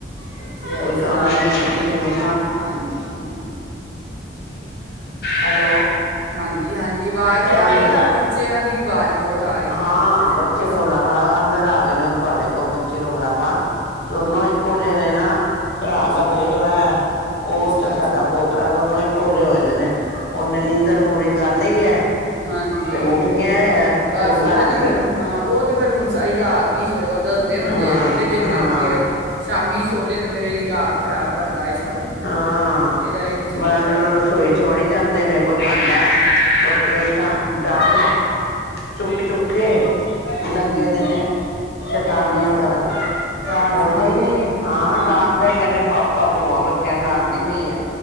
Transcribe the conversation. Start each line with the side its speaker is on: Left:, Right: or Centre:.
Right: ਬੱਚੇ ਆਈ
Left: ਕੋਈ
Right: ਸ਼ਰਾਰਤੀ
Left: ਕੰਮ ਨੀ ਕੁਛ ਨੀ
Right: ਹਾਂ ਹਾਂਜੀ ਹਾਂ।
Left: ਹੈਲੋ
Right: ਹਾਂਜੀ-ਹਾਂਜੀ ਆਵਾਜ਼ ਤੇ ਆ
Left: ਹਾਂਜੀ
Right: ਰਹੀ ਪਰ ਬੱਚਿਆਂ ਦੀ ਆਵਾਜ਼ ਬਹੁਤ ਆ ਰਹੀ
Left: ਹਾਂ ਬੱਚੇ
Right: ਕਿਸ
Left: ਰੋਲਾ ਬੜਾ ਅੰਦਰ ਆ ਕਹਿੰਦੇ ਹੁਣ ਤੁਹਾਡੇ ਕੋਲ ਬੱਚੇ ਰੋਲਾ ਪਾਨ ਦੋਨੋ
Right: ਹਾਂ
Left: ਇੱਕੋ ਜਿਹੇ ਨੇ ਨਾ ਭਰਾ
Right: ਅੱਛਾ
Left: ਦਾ ਪੋਤਰਾ ਹੈ ਉਹ
Right: ਅੱਛਾ
Left: ਤੇ
Right: ਅੱਛਾ
Left: ਸਾਡਾ ਪੋਤਰਾ ਦੋਨੋ ਇੱਕੋ ਜਿਹੇ ਹੋਏ ਦੇ ਨੇ ਉਹਨੇ
Right: ਠੀਕ
Left: ਨੀਂਦਰ
Right: ਹੈ
Left: ਪੂਰੀ ਕਰ ਲਈ ਹੈ।
Right: ਹਾਂਜੀ
Left: ਤੇ ਉੱਠ
Right: ਉਹ
Left: ਗਿਆ ਆ ਸੌਦਾ
Right: ਉਹਨੇ
Left: ਹੈ ਨੀ
Right: ਫਿਰ ਹਾਂ ਉਹ ਤੇ ਫੇ ਹੁਣ ਸਾਰੀ ਰਾਤ ਨੀ ਸੋਏਗਾ। ਦੱਸਦੇ ਹੁੰਦੇ
Left: ਹਾਂ
Right: ਆ ਕਹਿੰਦੇ ਜੇ
Left: ਹਾਂ
Right: ਸ਼ਾਮੀ ਸੋਜੇ ਤੇ ਫਿਰੇ ਦੀ ਰਾਤ ਖਰਾਬ ਕਰਦਾ ਇਹ ਸਾਰੀ
Left: ਹਾਂ
Right: ਇਹਦਾ ਇਹੀ ਚੱਕਰ
Left: ਬਾਰੋ ਅੰਦਰੋਂ
Right: ਹੈਗਾ
Left: ਰਸੋਈ ਚ ਵੜੀ ਜਾਂਦੇ ਨੇ, ਕੋਈ ਭਾਂਡਾ, ਕੋਈ ਪਲੇਟ ਡੀ ਡਾਕੁ ਚੁੱਕ- ਚੁੱਕ ਕੇ
Right: ਹੂੰ
Left: ਲੱਗੇ ਦੇ ਨੇ ਸ਼ੈਤਾਨੀਆਂ
Right: ਡਾਂਟ ਖਾਂ
Left: ਕਰਨ,
Right: ਡਾਂਟ
Left: ਮੁੜਦੇ
Right: ਖਾਣਗੇ
Left: ਹੀ ਨੀ ਏ। ਹਾਂ
Right: ਹਾਂਜੀ
Left: ਡਾਂਟਦੇ
Right: ਡਾਂਟ
Left: ਪਏ ਨੇ ਪਾਪਾ ਭੂਆ ਬੱਚਿਆਂ ਨੂੰ ਡਾਂਟਦੀ ਪਈ ਐ।